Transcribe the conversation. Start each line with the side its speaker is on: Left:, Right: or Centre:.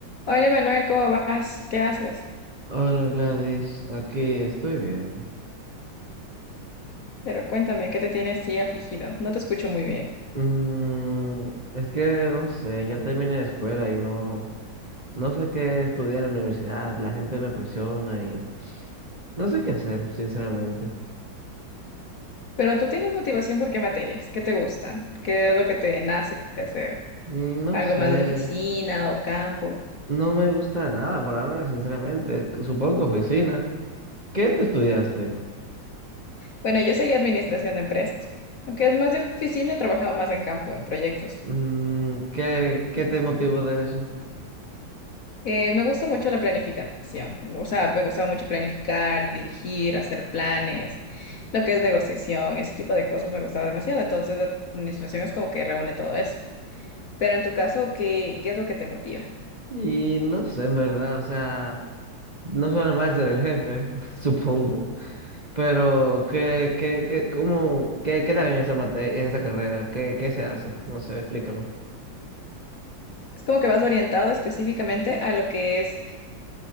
Left: Hola Manuel, ¿cómo vas? ¿Qué haces?
Right: Hola Gladys, aquí estoy bien.
Left: Pero cuéntame, ¿qué te tiene así afligido? No te escucho muy bien.
Right: Mm, es que no sé, ya terminé de escuela y no, no sé qué estudiar en la universidad, la gente me presiona y no sé qué hacer, sinceramente.
Left: Pero tú tienes motivación por qué materias, qué te gustan, qué es lo que te nace de hacer,
Right: No
Left: algo
Right: sé,
Left: más de oficina o campo.
Right: no me gusta nada por ahora, sinceramente. Supongo que oficina. ¿Qué tú estudiaste?
Left: Bueno, yo seguí administración de empresas. Aunque es más de oficina, he trabajado más en campo, en proyectos.
Right: Mm, ¿qué, qué te motivó de eso?
Left: Eh, me gusta mucho la planificación, o sea, me gustaba mucho planificar, dirigir, hacer planes, lo que es negociación, ese tipo de cosas me gustaba demasiado. Entonces, la administración es como que reúne todo eso. Pero en tu caso, ¿qué, qué es lo que te motiva?
Right: Y no sé, en verdad, o sea, no suena mal ser el jefe, <laughs> supongo. Pero, ¿qué, qué, qué, cómo, qué, qué dan en esa mate- en esa carrera? ¿Qué, qué se hace? No sé, explícame.
Left: Es como que vas orientado específicamente a lo que es